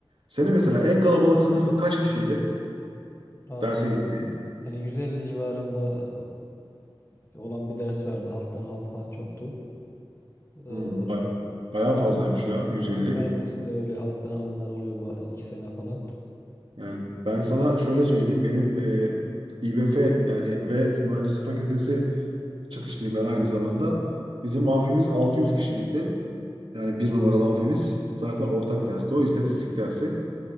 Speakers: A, on the right; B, on the left.
A: Senin mesela en kalabalık sınıfın kaç kişiydi?
B: Am-
A: Derse girdiğin.
B: Hani 150 civarında e, olan bir ders vardı. Alttan alan falan çoktu. Ee,
A: Hmm, bayağı, bayağı fazlaymış ya 150.
B: ha, mühendislikte öyle alttan alanlar oluyor ba- iki sene falan.
A: Yani ben sana şöyle söyleyeyim. Benim e, İBF yani ve Mühendislik Fakültesi çıkışlıyım ben aynı zamanda. Bizim amfimiz 600 kişilikti. Yani bir numaralı amfimiz. Zaten ortak dersti o istatistik dersi.